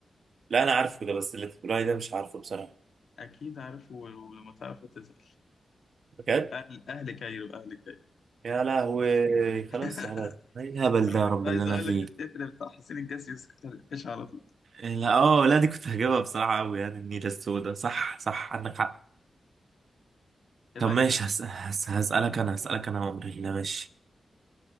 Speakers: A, on the right (about 60°); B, on the left (about 85°).
A: لا انا عارفه ده بس اللي انت بتقول عليه ده مش عارفه بصراحه
B: أكيد عارف و- ولما تعرف هتزعل
A: بجد
B: أهل أهل كايرو أهل كايرو
A: يا لهوي
B: <laughs>
A: خلاص هبل ايه الهبل
B: أنا
A: ده يا
B: كنت
A: رب
B: عايز
A: اللي انا
B: أقول
A: فيه
B: لك التتر بتاع حسين الجسمي بس كنت هتقفش على طول
A: إيه لا اه لا دي كنت هجيبها بصراحه قوي يعني النيله السوداء صح صح عندك حق
B: عيب
A: طب
B: عليك
A: ماشي
B: أنا
A: هس... هس... هسالك انا هسالك انا عمري الله ماشي